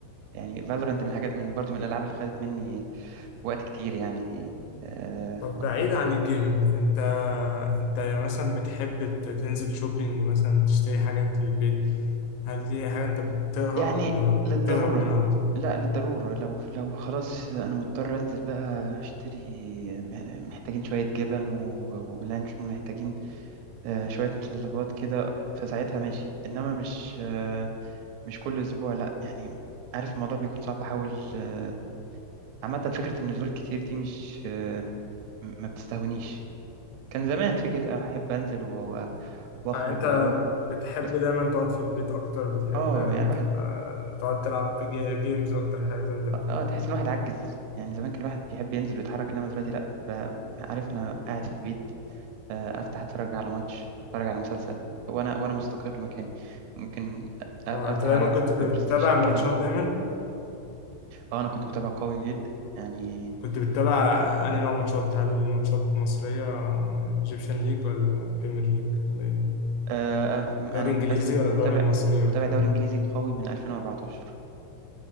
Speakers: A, on the right; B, on the left.
A: يعني فالورنت من الحاجات من برضو من الألعاب اللي خدت مني وقت كتير يعني آه
B: طب بعيد عن الجيمنج انت انت مثلا بتحب ت- تنزل شوبينج مثلا تشتري حاجات للبيت هل دي حاجة انت بتطيقها
A: يعني
B: ولا
A: للضرورة
B: بتهرب منها على طول؟
A: لا للضرورة لو لو خلاص أنا مضطر أنزل بقى أشتري م- محتاجين شوية جبن و- ولانشون محتاجين آه، شوية متطلبات كده فساعتها ماشي إنما مش آه، مش كل أسبوع لا يعني عارف الموضوع بيكون صعب بحاول آه، عامة فكرة النزول الكتير دي مش آه، م- ما بتستهونيش كان زمان فكرة أحب أنزل و- وأخرج
B: آه، انت
A: وأروح
B: بتحب
A: بس
B: دايما تقعد في البيت اكتر بتحب
A: آه يعني الواحد
B: تبقى تقعد تلعب جي- جيمز اكتر حاجة زي ما انت بتقول
A: آه آه، تحس
B: يعني
A: إن الواحد عجز يعني زمان كان الواحد بيحب ينزل ويتحرك إنما دلوقتي لأ ب- عارف أنا قاعد في البيت آه، أفتح أتفرج على ماتش أتفرج على مسلسل وأنا وأنا مستقر مكاني ممكن أ- أفتح
B: اه انت دايما
A: ألعب
B: كنت بتتابع
A: بلاي ستيشن
B: ماتشات
A: كده يعني
B: دايما
A: آه أنا كنت متابع قوي جدا يعني
B: كنت بتتابع انهي نوع ماتشات هل ماتشات مصرية ايجيبشن ليج ولا بريمير ليج ولا ايه
A: آه آه،
B: دوري
A: أنا
B: انجليزي
A: مثلا
B: ولا
A: متابع
B: دوري مصري ولا
A: متابع دوري إنجليزي قوي من 2014